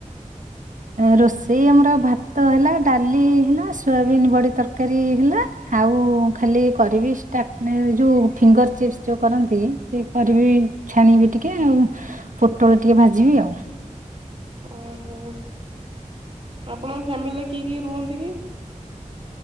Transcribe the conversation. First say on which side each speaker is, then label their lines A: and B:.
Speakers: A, on the right; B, on the right.
A: ରୋଷେଇ ଆମର ଭାତ ହେଲା ଡାଲି ହେଲା ସୋୟାବିନ୍ ବଢ଼ି ତରକାରୀ ହେଲା। ଆଉ ଖାଲି କରିବି ଷ୍ଟାର୍ଟ ଯୋଉ ଫିଙ୍ଗର ଚିପ୍ସ୍ ଯୋଉ କରନ୍ତି ସେ କରିବି। ଛାଣିବି ଟିକେ ଆଉ ପୋଟଳ ଟିକେ ଭାଜିବି ଆଉ।
B: ଉଁ ହୁଁ ଆପଣଙ୍କ ଫ୍ୟାମିଲିରେ କିଏ କିଏ ରୁହନ୍ତି କି?